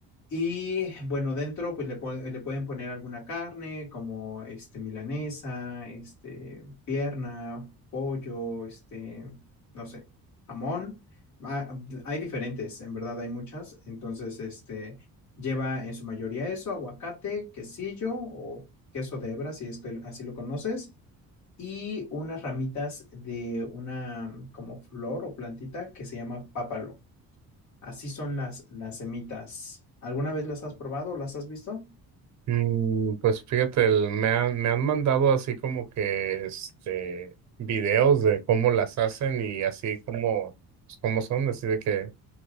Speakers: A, on the left (about 50°); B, on the right (about 50°).
A: Y bueno, dentro pues le, pon- le pueden poner alguna carne como este milanesa, este pierna, pollo, este, no sé, jamón. Ah, hay diferentes, en verdad hay muchas. Entonces, este lleva en su mayoría eso, aguacate, quesillo o queso de hebra, si es que así lo conoces y unas ramitas de una mm, como flor o plantita que se llama pápalo. Así son las, las semitas. ¿Alguna vez las has probado o las has visto?
B: Mm, pues fíjate, el- me han, me han mandado así como que este videos de cómo las hacen y así como, pues, cómo son, así de que